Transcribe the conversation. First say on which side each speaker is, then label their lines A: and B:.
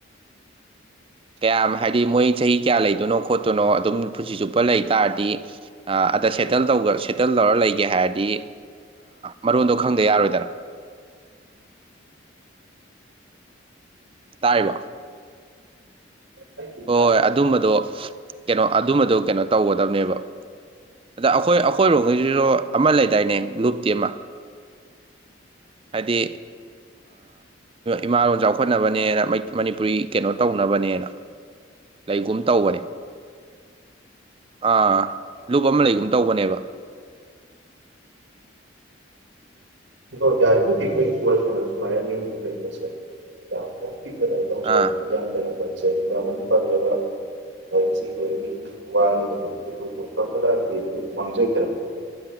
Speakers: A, on the right; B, on the right.
A: <inaudible>
B: ꯀꯌꯥꯝ ꯍꯥꯏꯗꯤ ꯃꯣꯏ ꯆꯍꯤ ꯀꯌꯥ ꯂꯩꯗꯣꯏꯅꯣ ꯈꯣꯠꯇꯣꯏꯅꯣ ꯑꯗꯨꯝ ꯄꯨꯟꯁꯤ ꯆꯨꯞꯄ ꯂꯩ ꯇꯥꯔꯗꯤ ꯑꯗ ꯁꯦꯇꯜ ꯇꯧꯕ ꯁꯦꯇꯜ ꯇꯧꯔ ꯂꯩꯒꯦ ꯍꯥꯏꯔꯗꯤ ꯃꯔꯣꯟꯗꯣ ꯈꯪꯗ ꯌꯥꯔꯣꯏꯗꯅ ꯇꯥꯥꯔꯤꯕꯣ
A: ꯏꯇꯥꯎ
B: ꯍꯣꯏ ꯍꯣꯏ ꯑꯗꯨꯝꯕꯗꯣ ꯀꯩꯅꯣ ꯑꯗꯨꯝꯕꯗꯣ ꯀꯩꯅꯣ ꯇꯧꯒꯗꯕꯅꯦꯕ ꯑꯗ ꯑꯩꯈꯣꯏ ꯑꯩꯈꯣꯏꯔꯣꯝꯒꯤꯁꯤꯁꯨ ꯑꯃ ꯂꯩꯗꯥꯏꯅꯦ ꯂꯨꯞꯒꯤ ꯑꯃ ꯍꯥꯏꯗꯤ ꯏꯃꯥꯂꯣꯟ ꯆꯥꯎꯈꯠꯅꯕꯅꯦꯅ ꯑꯃ ꯃꯅꯤꯄꯨꯔꯤ ꯀꯩꯅꯣ ꯇꯧꯅꯕꯅꯦꯅ ꯂꯩꯒꯨꯝ ꯇꯧꯕꯅꯦ ꯑꯥ ꯂꯨꯞ ꯑꯃ ꯂꯩꯒꯨꯝ ꯇꯧꯕꯅꯦꯕ
A: <unintelligible> <unintelligible>
B: ꯑꯥ
A: <unintelligible>